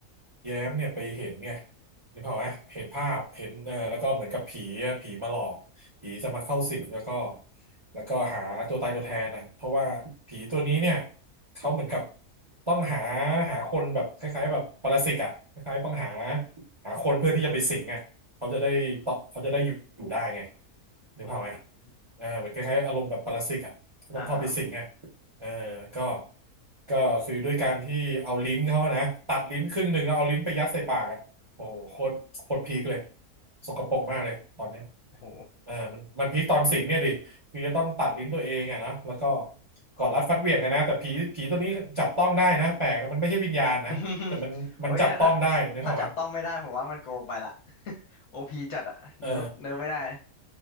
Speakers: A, on the right; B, on the left.
A: แย้มเนี่ยไปเห็นไงนึกภาพไหมเห็นภาพเห็นเออแล้วก็เหมือนกับผีอะผีมาหลอกผีจะมาเข้าสิงแล้วก็แล้วก็หาตัวตายตัวแทนน่ะเพราะว่าผีตัวนี้เนี่ยเขาเหมือนกับต้องหาหาคนแบบคล้ายๆแบบปรสิตอ่ะคล้ายๆต้องหาหาคนเพื่อที่จะไปสิงอ่ะเขาจะได้ต่อเขาจะได้อยู่อยู่ได้ไงนึกภาพไหม
B: อือฮึ
A: เออเหมือนคล้ายๆอารมณ์แบบปรสิตอ่ะก็ต้องเข้าไปสิงอ่ะ
B: อ่าอ่า
A: เออก็ก็คือด้วยการที่เอาลิ้นเขาอะนะตัดลิ้นครึ่งหนึ่งแล้วเอาลิ้นไปยัดใส่ปากอ่ะโอ้โหโคตรโคตรพีคเลยสกปรกมากเลยตอนเนี้ย
B: โอ้โห
A: เออมันมันพีคตอนสิงเนี่ยดิคือจะต้องตัดลิ้นตัวเองอ่ะนะแล้วก็กอดรัดฟัดเหวี่ยงกันนะแต่ผีผีตัวนี้จับต้องได้นะแปลกนะมันไม่ใช่วิญญาณนะแต่มันมันจับต้องได้นึกภาพวะ
B: <laughs> อืมโอ้ยถ้าถ้าถ้าจับต้องไม่ได้ผมว่ามันโกงไปละ <laughs> โอพีจัดอะเนิร์ฟเนิร์ฟไม่ได้
A: เออ